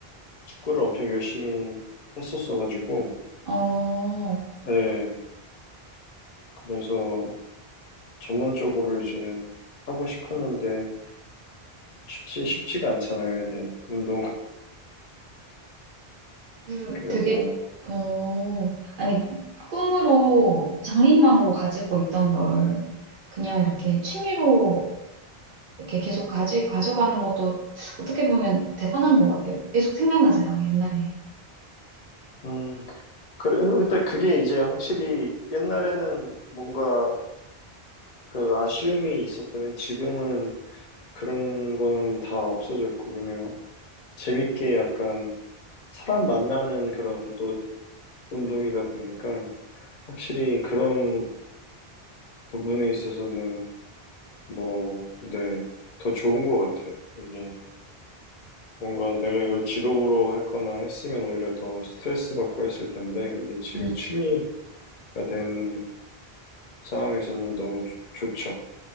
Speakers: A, on the left; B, on the right.
A: 축구를 엄청 열심히 했었어가지고,
B: 어,
A: 네, 그래서 전문적으로 이제 하고 싶었는데, 쉽지, 쉽지가 않잖아요, 이게, 운동. <laughs>
B: 그
A: 그래서,
B: 되게 어 아니 꿈으로 장래희망으로 가지고 있던 걸 그냥 이렇게 취미로 이렇게 계속 가지 가져가는 것도 어떻게 보면 대단한 것 같아요. 계속 생각나잖아 옛날에.
A: 음, 그래, 근데 그게 이제 확실히 옛날에는 뭔가 그 아쉬움이 있었다면 지금은 그런 거는 다 없어졌고 그냥 재밌게 약간 사람 만나는 그런 또 운동이다 보니까 확실히 그런 부분에 있어서는 뭐, 네, 더 좋은 것 같아요. 이게 뭔가 내가 이걸 직업으로 했거나 했으면 오히려 더 스트레스 받고 했을 텐데 이게 지금
B: 음,
A: 취미가 된 상황에서는 너무 좋- 좋죠.